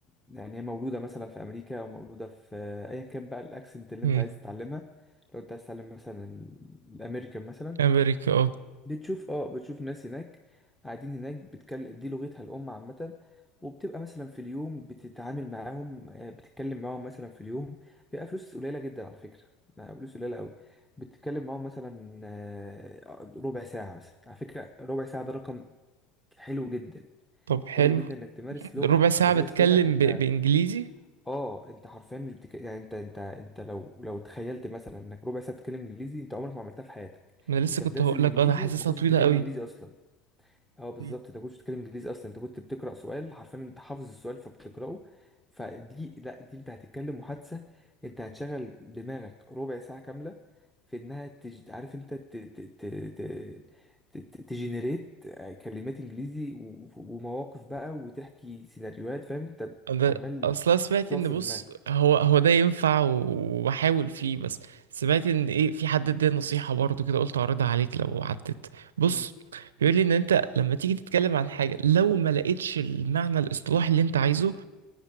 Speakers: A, in the centre; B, on the right.
A: يعني هي مولودة مثلا في أمريكا أو مولودة في آه، أيا كان بقى الأكسنت اللي
B: مم.
A: أنت عايز تتعلمها لو أنت عايز تتعلم مثلا ال- الأمريكان مثلا
B: امريكا اه
A: بتشوف أه بتشوف ناس هناك قاعدين هناك بتتكلم دي لغتها الأم عامة وبتبقى مثلا في اليوم بتتعامل معاهم آه، بتتكلم معاهم مثلا في اليوم بيبقى فلوس قليلة جدا على فكرة بقى فلوس قليلة أوي بتتكلم معاهم مثلا آه، ربع ساعة مثلا على فكرة ربع ساعة ده رقم حلو جدا
B: طب حلو
A: حلو جدا انك تمارس لغه
B: ربع ساعه
A: تمارس
B: بتكلم
A: لغه انت
B: ب... بانجليزي
A: اه انت حرفيا مش بتك... يعني انت انت انت لو لو تخيلت مثلا انك ربع ساعه بتتكلم انجليزي انت عمرك ما عملتها في حياتك
B: ما انا لسه
A: انت
B: كنت
A: في درس
B: هقول
A: الانجليزي
B: لك انا حاسسها
A: ما كنتش
B: طويله
A: بتتكلم
B: قوي
A: انجليزي اصلا اه بالظبط
B: مم.
A: انت كنت بتتكلم انجليزي اصلا انت كنت بتقرا سؤال حرفيا انت حافظ السؤال فبتقراه فدي لا دي انت هتتكلم محادثه انت هتشغل دماغك ربع ساعه كامله في انها تج... عارف انت ت... ت... ت... ت... ت... تجنريت كلمات انجليزي و... ومواقف بقى وتحكي سيناريوهات فاهم انت
B: انا
A: عمال
B: اصلا سمعت
A: بتعصر
B: ان بص
A: دماغك
B: هو هو ده ينفع و- وبحاول فيه بس سمعت ان ايه في حد اداني نصيحه برضو كده قلت اعرضها عليك لو عدت بص
A: امم
B: بيقول لي ان انت لما تيجي تتكلم عن حاجه لو ما لقيتش المعنى الاصطلاحي اللي انت عايزه